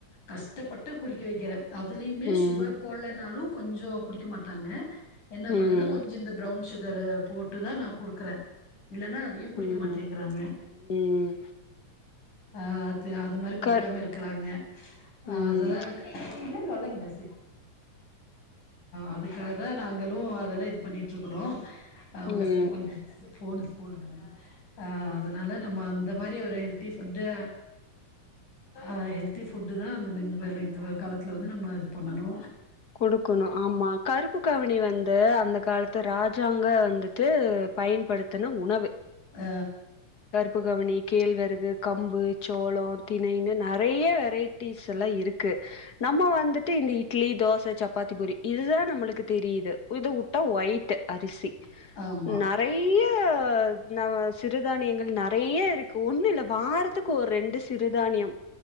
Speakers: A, on the left (about 70°); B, on the left (about 40°).
A: கஷ்டப்பட்டு குடிக்க வெக்கிற அதுலயுமே
B: ம்
A: சுகர் போல்லனாலு கொஞ்சோ குடிக்க மாட்டாங்க என்ன
B: ம்
A: பண்ணனு கொஞ்சோ இந்த பிரவுன் சு கர போட்டுதா நா குடுக்கற இல்லனா குடிக்க
B: ம்
A: மாட்டேங்கிறாங்க
B: ம்
A: ஆ அது மாரி குடிக்காம
B: க
A: இருக்கிறாங்க
B: ம்
A: அதுதா க அதுக்காகதா நாங்களு அதெல்லா இது பண்ணிட்டு இருக்கிறோ அவுக
B: ம்
A: சை கொஞ்சோ போனு கோல்டு கிராம் அ அதனால நம்ம அந்த மாரி ஒரு ஹெல்தி ஃபுட்டு அ ஹெல்தி ஃபுட்டுதா அந்த மிண்டுவேர்ல இந்த காலத்துல வந்து நம்ம இது பண்ணணு
B: குடுக்கணு ஆமா கருப்பு கவனி வந்து அந்த காலத்து ராஜாங்க வந்துட்டு பயன்படுத்தின உணவு
A: ஆ
B: புகவனி, கேழ்வரகு, கம்பு, சோளோ, திணைன்னு ந நெறய வெரைட்டீஸ் எல்லா இரு க்கு நம்ம வந்துட்டு இந்த இட்லி, தோ சப்பாத்தி, பூரி இதுதா நம்மளுக்கு தெரியுது இத வுட்டா ஒயிட் அரிசி
A: ஆமா ஆ ஆ ஆமா
B: நெறயா அ நா சிறுதானியங்கள் நெறயா இருக்கு ஒன்னு இல்ல வாரத்துக்கு ஒரு ரெண்டு சிறுதானியம்